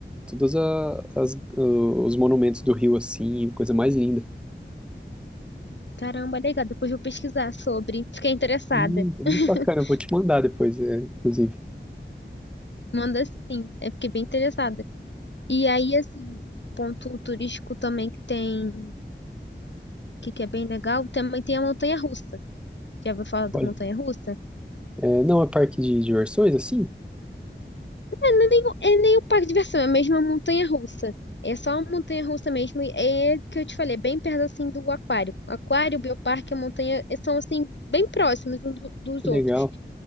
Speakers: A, in the centre; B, on the left (about 70°).
A: todas a- as, os monumentos do Rio assim, coisa mais linda.
B: Caramba, legal. Depois eu vou pesquisar sobre. Fiquei interessada.
A: Hum, é muito
B: <laughs>
A: bacana, eu vou te mandar depois, é, inclusive.
B: Manda sim, eu fiquei bem interessada. E aí, assim, ponto turístico também que tem, que, que é bem legal, também tem a montanha-russa. Já ouviu falar da
A: Olha,
B: montanha-russa? É,
A: é, não é parque de diversões, assim?
B: é nem, o- é nem o parque de diversão, é mesmo a montanha-russa. É só a montanha-russa mesmo, e é que eu te falei, é bem perto, assim, do aquário. Aquário, bioparque, a montanha, eh, são, assim, bem próximos uns do- dos
A: Que
B: outros.
A: legal.